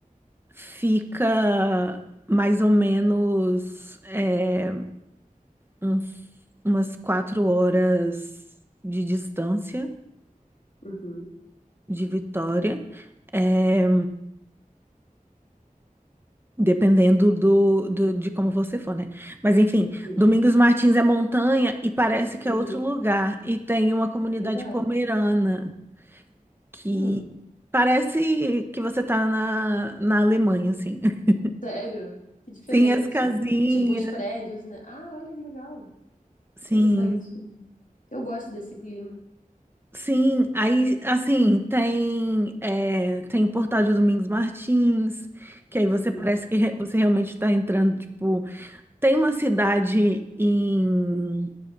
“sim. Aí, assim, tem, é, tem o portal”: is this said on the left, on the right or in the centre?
Right